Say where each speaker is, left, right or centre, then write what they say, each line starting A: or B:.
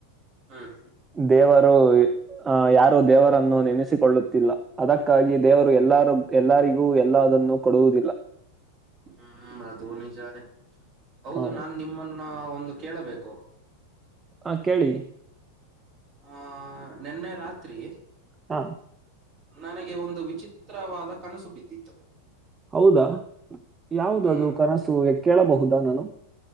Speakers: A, on the right; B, on the right.
A: ಹ್ಮ್
B: ದೇವ ಆ ಯಾರು ದೇವರನ್ನು ನೆನೆಸಿಕೊಳ್ಳುತ್ತಿಲ್ಲ ಅದಕ್ಕಾಗಿ ದೇವರು ಎಲ್ಲಾರೂ ಎಲ್ಲಾರಿಗೂ ಎಲ್ಲದನ್ನು ಕೊಡುವುದಿಲ್ಲ
A: ಹ್ಮ್ ಅದು ನಿಜಾನೇ ಹೌದು
B: ಆ,
A: ನಾನ್ ನಿಮ್ಮನ್ನ ಒಂದು ಕೇಳಬೇಕು.
B: ಹ ಕೇಳಿ
A: ಆ ನಿನ್ನೆ ರಾತ್ರಿ
B: ಹ
A: ನನಗೆ ಒಂದು ವಿಚಿತ್ರವಾದ ಕನಸು ಬಿದ್ದಿತ್ತು.
B: ಹೌದಾ ಯಾವುದದು
A: ಹ್ಮ್
B: ಕನಸು ಕೇಳಬಹುದಾ ನಾನು